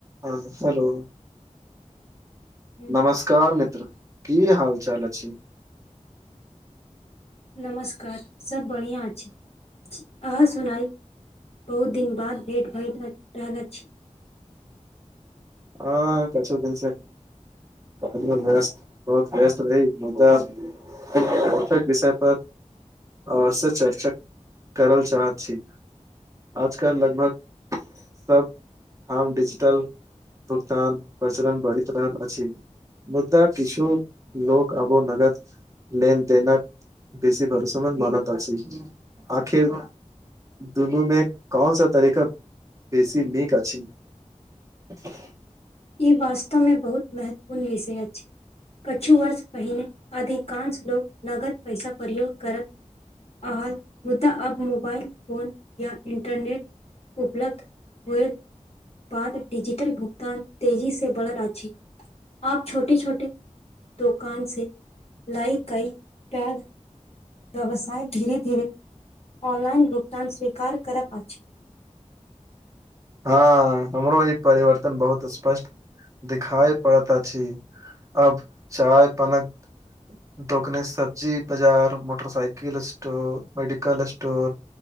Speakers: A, on the right; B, on the left.
A: हँ हेलो
B: हम्म,
A: नमस् कार मित्र की हाल चाल अछि
B: नमस्कार सब बढ़िआँ अछि अहाँ सुनाई बहुत दिन बाद भेँट भय रहल छी
A: हाँ कछो दिन स बहुत व्यस्त बहुत व्यस्त रही मुदा फेर <unintelligible> विषय पर आओर स चर्चा करल चाह छी आजकल लगभग सब आाम डिजिटल भुगतान प्रचरण बढ़ित रहल अछि मुदा किछु लोक आबो नगद लेन देनक बेसी भरोसेमंद मानति अछि आखिर दुनू मे कौन सा तरीका बेसी नेक अछि <inaudible>
B: ई वास्तव मे बहुत महत्वपूर्ण विषय अछि कछु वर्ष पहिने अधिकांश लोक नगद पैसा प्रयोग करत आहाल मुद्दा अब मोबाइल फोन या इंटरनेट उपलब्ध होए बाद डिजिटल भुगतान तेजी से बढ़ल अछि आब छोटी छोटी दोकान से लइ कई टैग व्यवसाय धीरे धीरे ऑनलाइन भुगतान स्वीकार करब अछि
A: हं हमरो ई परिवर्तन बहुत स्पष्ट दिखाई पड़त अछि अब चाय पानक दोकने सब्जी बाजार motorcycle store medical store